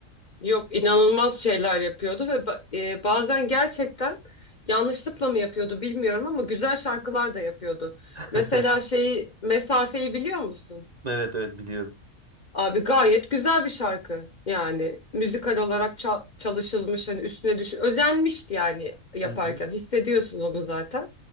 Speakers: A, on the left; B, on the right.
A: Yok inanılmaz şeyler yapıyordu ve ba- e, bazen gerçekten yanlışlıkla mı yapıyordu bilmiyorum ama güzel şarkılar da yapıyordu.
B: <laughs>
A: Mesela şeyi Mesafeyi biliyor musun?
B: Evet evet biliyorum.
A: Abi gayet güzel bir şarkı yani müzikal olarak çal- çalışılmış hani üstüne düş özenmişti yani yaparken
B: Hı hı.
A: hissediyorsun onu zaten.